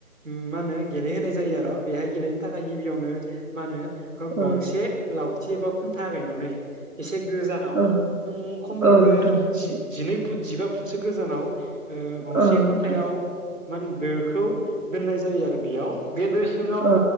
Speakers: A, on the right; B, on the right.
A: मा होनो गेलेहोनाय जायो आरो बेहाय गेलेनो थाखाय गिबियावनो मा होनो ग-गंसे
B: औ
A: लावथि एबा खुन्था गायनानै एसे गोजानाव
B: औ
A: खमैबो
B: औ नोंथां
A: जि-जिनै फुट, जिबा फुटसो गोजानाव गंसे
B: औ नोंथां
A: खुन्थायाव मा होनो दोखौ दोननाय जायो आरो बेयाव बे दो सिङाव
B: औ